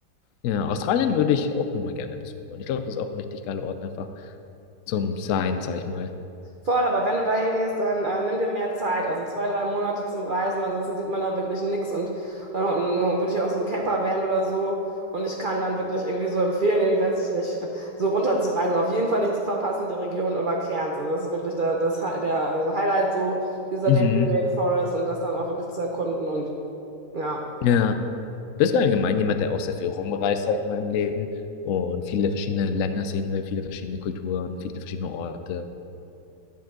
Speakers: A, on the left (about 85°); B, on the right (about 80°).
A: Ja, Australien würde ich auch nochmal gerne besuchen wollen. Ich glaube, das ist auch ein richtig geiler Ort einfach zum Sein, sag ich mal.
B: Voll, aber wenn du dahin gehst, dann äh, nimm dir mehr Zeit, also zwei, drei Monate zum Reisen, weil ansonsten sieht man da wirklich nichts und dann äh, würde ich auch so einen Camper-Van oder so und ich kann dann wirklich irgendwie so empfehlen, irgendwie weiß ich nicht, so runterzureisen, auf jeden Fall nicht zu verpassen, die Region über Cairns, also das ist wirklich da, das, Hi- der also Highlight so dieser
A: Mhm.
B: Denali Rainforest und das dann auch wirklich zu erkunden und ja.
A: Ja. Bist du allgemein jemand, der auch sehr viel rumreist, sag ich mal, im Leben und viele verschiedene Länder sehen will, viele verschiedene Kulturen, viele verschiedene Orte?